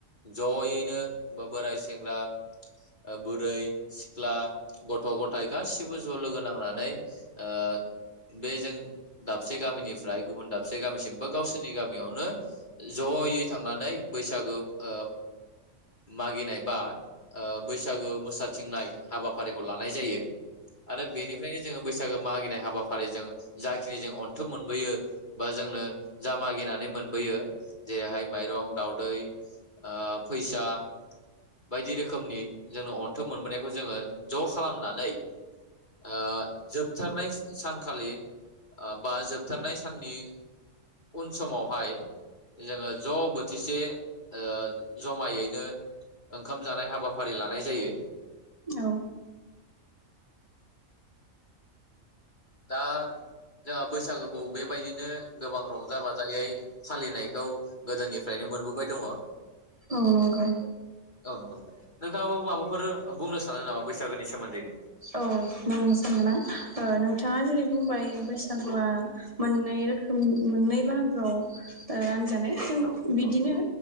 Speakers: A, on the left; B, on the right.
A: ज'यैनो बा बोराय सेंग्रा बुरै सिख्ला गथ' गथाय गासिबो ज' लोगो नांनानै ओ बे जों दाबसे गामिनिफ्राय गुबुन दाबसे गामिसिम बा गावसोरनि गामियावनो ज'यै थांनानै बैसागो ओ मागिनाय बा ओ बैसागु मोसाथिंनाय हाबाफारिखौ लानाय जायो। आरो बेनिफ्राय जोङो बैसागो मागिनाय हाबाफारिजों जाखिनि जों अनथुम मोनबोयो बा जोंनो जा मागिनानै मोनबोयो जेरैहाय माइरं दावदै ओ फैसा बायदि रोखोमनि जोंनो अन्थोब मोनबोनायखौ जोङो ज' खालामनानै ओ जोपथारनाय सानखालि बा जोबथारनाय साननि उन समावहाय जोङो ज' बोथिसे ओ जमायैनो ओंखाम जानाय हाबाफारि लानाय जायो।
B: औ
A: दा जोंहा बैसागोखौ बेबायदिनो गोबां रंजा बाजायै फालिनायखौ गोदोनिफ्रायनो मोनबोबाय दङ। औ
B: औ नंगौ
A: नोंगौ नोंथां। नोंथाङा माबाफोर बुंनो सानो नामा बैसागोनि सोमोन्दैनो
B: औ बुंनो सानगोना ओ नोंथाङा जेरै बुंबाय बैसागुआ मोननै रोखोम मोननै बाहागो आव रा नाजानाय
A: औ
B: बिदिनो
A: औ नंगौ